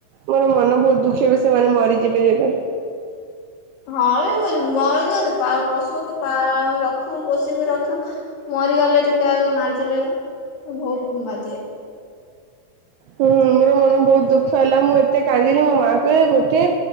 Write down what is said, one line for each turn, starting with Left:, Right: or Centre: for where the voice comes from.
Right: ମୋର ମନ ବହୁତ ଦୁଃଖୀ ହେବେ ସେମାନେ ମରିଯିବେ ଯେବେ।
Left: ହଁ ଏଇ ମୁଇ <unintelligible> ପା-ପଶୁକୁ ପା-ରଖୁ ପୋଷିକି ରଖୁ ମରିଗଲେ ଟିକେ ଆଗେ ମାରିଦେଲେ ବହୁତ ବାଧେ।
Right: ହୁଁ, ମୋର ମନ ବହୁତ ଦୁଃଖ ହେଲା ମୁଁ ଏତେ କାନ୍ଦିଲି ମୋ ମାଆ କୁହେ ଗୋଟେ